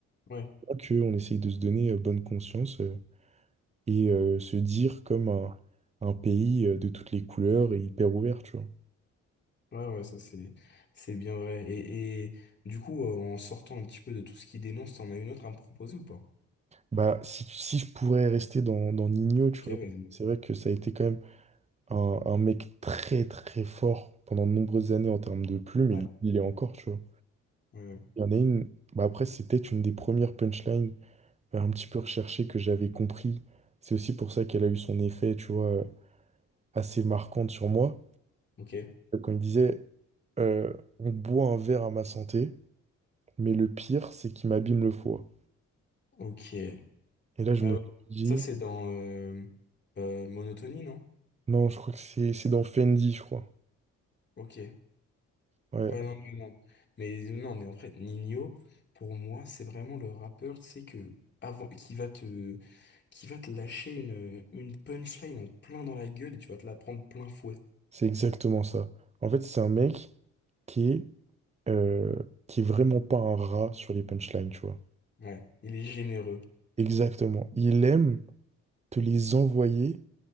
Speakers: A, on the left (about 35°); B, on the right (about 20°).
A: Ouais,
B: que on essaye de se donner euh, bonne conscience euh, et euh, se dire comme un, un pays euh, de toutes les couleurs et hyper ouvert, tu vois.
A: ouais, ouais, ça c'est, c'est bien vrai. Et, et du coup, euh, en sortant un petit peu de tout ce qui dénonce, t'en as une autre à me proposer ou pas?
B: Bah, si, si je pourrais rester dans, dans Nino,
A: Ok,
B: tu vois,
A: vas-y.
B: c'est vrai que ça a été quand même un, un mec très très fort pendant de nombreuses années en termes de plumes,
A: Ouais,
B: et il, il est encore, tu vois.
A: ouais, ouais.
B: Il y en a une, bah après, c'est peut-être une des premières punchlines euh, un petit peu recherchées que j'avais compris. C'est aussi pour ça qu'elle a eu son effet, tu vois, euh, assez marquante sur moi.
A: Ok,
B: C'est Quand il disait euh, on boit un verre à ma santé, mais le pire, c'est qu'il m'abîme le foie.
A: ok. Ouais,
B: Et là, je me
A: ouais.
B: suis dit,
A: Ça, c'est dans euh, euh, Monotonie, non?
B: non, je crois que c'est c'est dans Fendi, je crois.
A: Ok.
B: Ouais.
A: Ouais, non, non, non. Mais euh, non, mais en fait, Nino, pour moi, c'est vraiment le rappeur, tu sais, que avant, qui va te, qui va te lâcher une, une punchline en plein dans la gueule et tu vas te la prendre plein fouet.
B: C'est exactement ça. En fait, c'est un mec qui est, euh, qui est vraiment pas un rat sur les punchlines, tu vois.
A: Ouais, il est généreux.
B: Exactement. Il aime te les envoyer